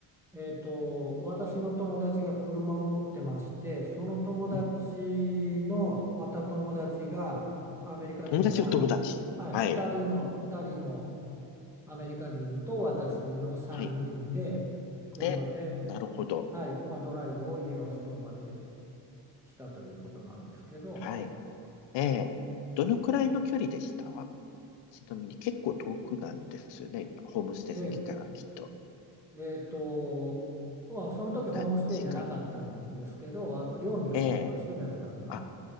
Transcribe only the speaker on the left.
うん。友達、お友達。
はい。
はい。で、なるほど。
はい。ええ。どのくらいの距離でしたちなみに結構遠くなんですよね。ホームステイ先からきっと。
何時間
ええ。
あ、